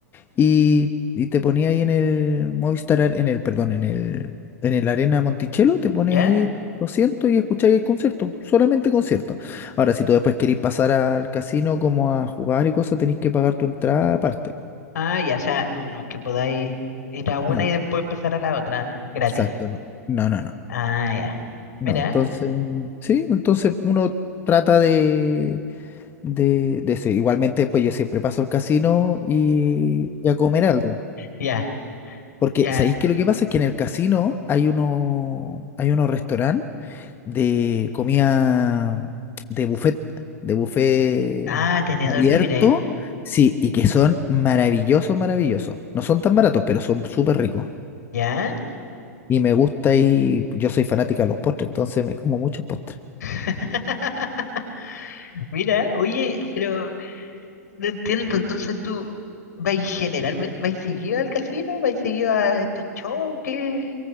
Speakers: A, on the left; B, on the left.
A: y, y te ponías ahí en el Movistar, Ar- en el, perdón, en el, en el Arena Monticello, te pones
B: ¿Ya?
A: ahí 200 y escucháis el concierto, solamente concierto. Ahora, si tú después querés pasar al casino como a jugar y cosas, tenés que pagar tu entrada aparte. po.
B: Ah, ya, o sea, no, no es que podáis ir a una
A: No,
B: y después pasar a la otra, gratis.
A: exacto, no. No, no, no.
B: Ah, ya.
A: No,
B: Mira,
A: entonces, sí, entonces uno trata de, de, de eso. Igualmente después yo siempre paso al casino y, y a comer algo.
B: ya,
A: Porque,
B: ya.
A: ¿sabéis que lo que pasa es que en el casino hay uno, hay unos restaurantes de comida de buffet, de buffet
B: Ah, tenedor
A: abierto,
B: libre.
A: sí, y que son maravillosos, maravillosos. No son tan baratos, pero son súper ricos.
B: ¿Ya?
A: Y me gusta y yo soy fanática de los postres, entonces me como muchos postres.
B: <laughs> Mira, oye, pero no entiendo, entonces tú vais generalmente, vais seguido al casino, vais seguido a estos shows que...